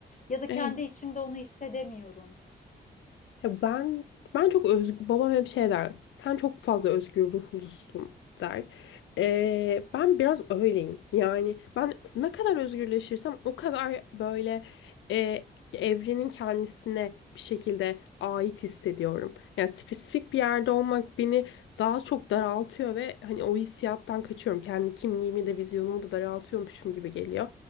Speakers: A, on the left; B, on the left.
A: ya da kendi
B: Evet.
A: içimde onu hissedemiyorum.
B: Ya ben ben çok öz babam hep şey der. Sen çok fazla özgür ruhlusun der. Ee, ben biraz öyleyim. Yani ben ne kadar özgürleşirsem o kadar böyle e, evrenin kendisine bir şekilde ait hissediyorum. Yani spesifik bir yerde olmak beni daha çok daraltıyor ve hani o hissiyattan kaçıyorum. Kendi kimliğimi de vizyonumu da daraltıyormuşum gibi geliyor.